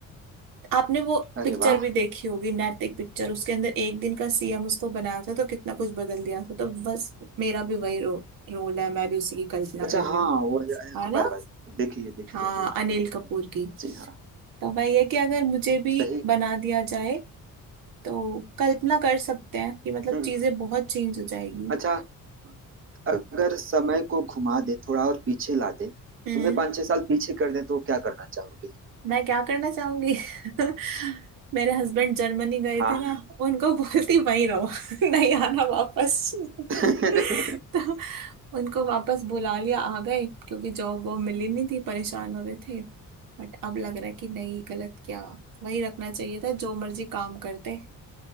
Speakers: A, on the right; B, on the right.
A: आपने वो
B: अरे
A: पिक्चर
B: वाह
A: भी देखी होगी नैतिक पिक्चर उसके अंदर एक दिन का सीएम उसको बनाया था तो कितना कुछ बदल दिया था तो बस मेरा भी वही रो, रोल है मैं भी उसी की कल्पना
B: अच्छा
A: कर
B: हाँ
A: रही हूँ
B: वो है अनिल
A: है
B: कपूर
A: ना
B: भाई देखिए देखिए
A: हाँ
B: अनिल कपूर
A: अनिल कपूर की
B: जी हाँ
A: तो भाई ये कि अगर मुझे भी
B: सही
A: बना दिया जाए तो कल्पना कर सकते हैं कि मतलब
B: हम्म
A: चीजें बहुत चेंज हो जाएगी
B: अच्छा अगर समय को घुमा दे थोड़ा और पीछे ला दे
A: हम्म
B: तुम्हें पाँच छह साल पीछे कर दे तो क्या करना चाहोगे
A: मैं क्या करना चाहूंगी <laughs> मेरे हस्बैंड जर्मनी गए
B: हाँ
A: थे ना उनको <laughs> बोलती वहीं रहो <laughs> नहीं आना वापस <laughs>
B: <laughs>
A: तो उनको वापस बुला लिया आ गए क्योंकि जॉब वॉब मिली नहीं थी परेशान हो रहे थे बट अब लग रहा है कि नहीं गलत क्या वही रखना चाहिए था जो मर्जी काम करते